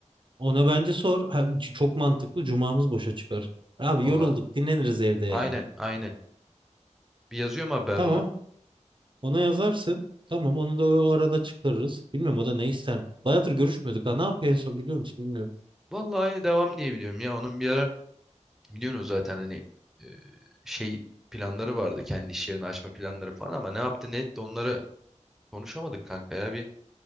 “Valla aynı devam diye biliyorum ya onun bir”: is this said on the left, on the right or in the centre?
Centre